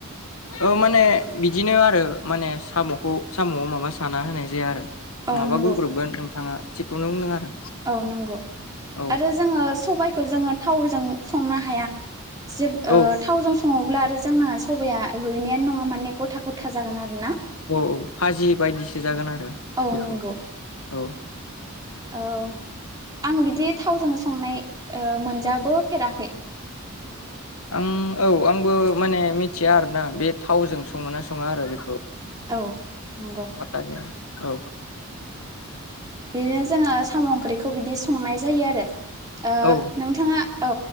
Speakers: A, on the left (about 75°); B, on the right (about 15°).
A: औ माने बिदिनो आरो माने साम'खौ साम'याव माबा साना होनाय जाया आरो।
B: औ
A: नङाबा
B: नंगौ
A: गुग्रबगोन नोंथाङा थिखौनो होनदों आरो।
B: औ नंगौ
A: औ
B: आरो जोङो सबायखौ जोङो थावजों संनो हाया जे
A: औ
B: थावजों सं सङोब्ला आरो जोंना सबाया रुइनायानो नङा माने ग'था ग'था जागोन आरोना।
A: औ औ फाजि बायदिसो जागोन आरो। आरो
B: औ
A: बेखौ
B: नंगौ
A: औ
B: औ आं बिदि थावजों संनाय ओ मोनजाबोफेराखै।
A: आं औ आंबो माने मिथिया आरोना बे थावजों सङो ना सङा आरो बेखौ
B: औ नंगौ
A: फाटा गैया औ।
B: बिदिनो जोङो साम' ओंख्रिखौ बिदि संनाय जायो आरो ओ
A: औ
B: नोंथाङा औ